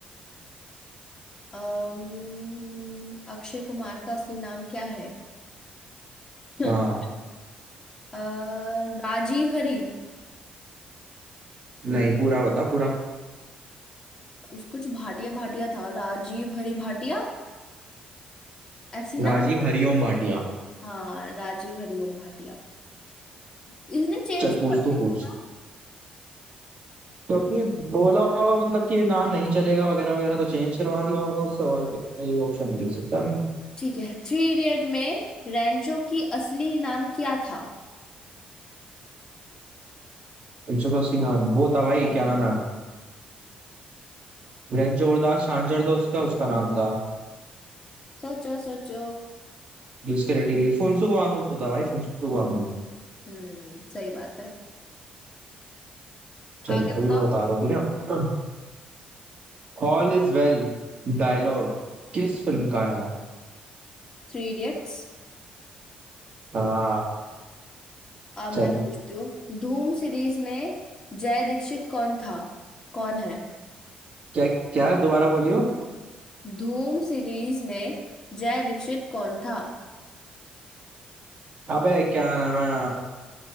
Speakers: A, on the left (about 20°); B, on the right (about 45°).
A: अम्म, अक्षय कुमार का असली नाम क्या है <laughs>
B: हाँ
A: अ, राजीव हरी
B: नहीं पूरा बता पूरा
A: उस कुछ भाटिया भाटिया था राजीव हरी भाटिया ऐसी
B: राजीव
A: ना
B: हरिओम भाटिया
A: हाँ राजीव हरी ओम भाटिया इसने चेंज
B: चल
A: कर
B: पूछ
A: दिया
B: तू पूछ
A: अपना नाम
B: क्योंकि बोला होगा मतलब कि ये नाम नहीं चलेगा वगैरह वगैरह तो चेंज करवा दिया होगा उससे और कोई ऑप्शन दिख सकता है
A: ठीक है थ्री इडियट में रैंचो की असली नाम क्या था
B: एक सौ अस्सी नाम वो था भाई क्या नाम है वीरेंद्र जोरदास छांझर तो उसका उसका नाम था
A: सोचो सोचो
B: जिसके रेटिंग फुनसुक वांगडू था भाई फुनसुक वांगडू
A: हम्म सही बात है
B: चल
A: आगे
B: अभी
A: बताओ
B: मैं बता रहा हूँ ठीक है ऑल इज वेल डायलॉग किस फिल्म का है
A: Three idiots
B: हाँ
A: अब
B: चल
A: मैं पूछती हूँ धूम सीरीज में जय दीक्षित कौन था कौन है
B: क्या क्या दोबारा बोलियो
A: धूम सीरीज में जय दीक्षित कौन था
B: अबे क्या नाम है